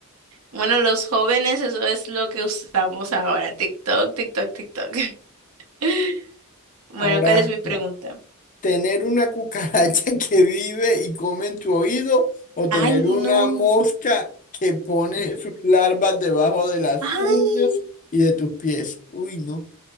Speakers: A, on the right; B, on the left.
A: Bueno, los jóvenes, eso es lo que usamos ahora. TikTok, TikTok, TikTok. <laughs> Bueno,
B: Ahora,
A: ¿cuál es mi pregunta?
B: ¿Tener una cucaracha <laughs> que vive y come en tu oído o tener
A: Ay,
B: una
A: no.
B: mosca que pone sus larvas debajo de las
A: Ay,
B: uñas y de tus pies? Uy, no,